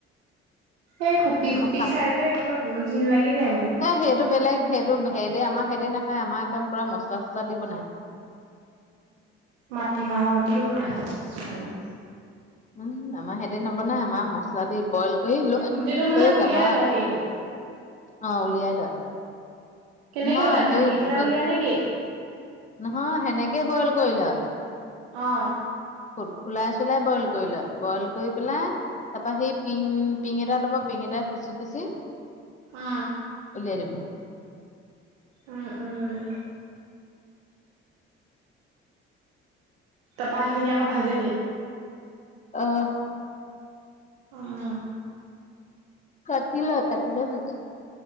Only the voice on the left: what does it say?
মই
এই সেইটো বেলেগ। সেইটো সেইদে, আমাৰ সেইদে নেখায়, আমাৰ একদম মছলা চচলা দি বনাই।
উম, আমাৰ হেইতে নবনাই, আমাৰ মছলা দি বইল কৰি লৈ
তাৰপা,
অ' উলিয়াই লয়।
নহয়
সেই
তে
নহয় সেনেকেই বইল কৰি লয়।
খোল খোলাই চুলাই বইল কৰি লয়, বইল কৰি পেলাই তাৰপা সেই পিং পিং এটা ল'ব, পিং এটা খুচি খুচি
উলিয়াই দিব।
অ'।
কাটিলৈ কাটিলৈ ভাজে।